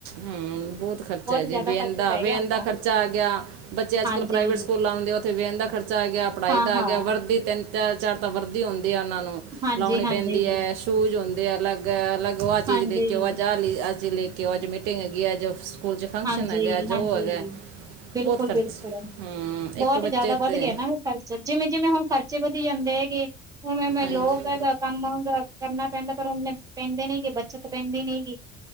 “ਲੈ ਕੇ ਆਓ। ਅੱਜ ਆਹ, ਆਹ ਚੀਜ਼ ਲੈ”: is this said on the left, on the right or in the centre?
Right